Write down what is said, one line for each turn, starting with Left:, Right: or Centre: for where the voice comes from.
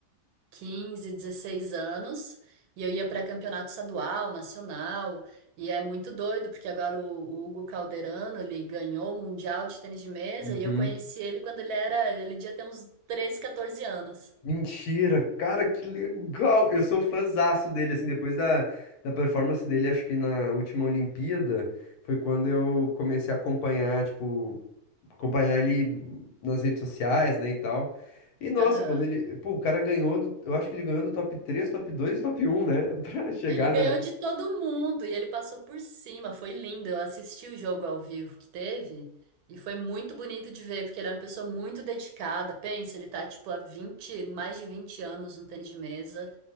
Right: 15, 16 anos, e eu ia para campeonato estadual, nacional, e é muito doido, porque agora o, o Hugo Calderano, ele ganhou o Mundial de Tênis de Mesa,
Left: Uhum.
Right: e eu conheci ele quando ele era, ele devia ter uns 13, 14 anos.
Left: Mentira, cara, que legal! Eu sou fãzaço dele, assim, depois da, da performance dele, acho que na última Olimpíada, foi quando eu comecei a acompanhar, tipo, acompanhar ele nas redes sociais, né, e tal. E nossa,
Right: Aham.
Left: quando ele, pô, o cara ganhou, do, eu acho que ele ganhou do top 3, top 2, e top um, né, <laughs> pra chegar
Right: Ele ganhou
Left: na,
Right: de todo mundo, e ele passou por cima, foi lindo, eu assisti o jogo ao vivo que teve, e foi muito bonito de ver, porque ele é uma pessoa muito dedicada, pensa, ele tá, tipo, há 20 mais de 20 anos no tênis de mesa,